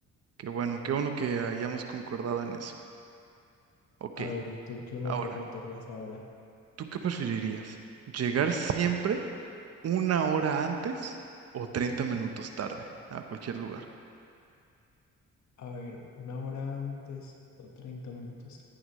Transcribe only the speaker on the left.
A ver, ¿y tú qué me
preguntarías ahora?
A ver, una hora antes o 30 minutos.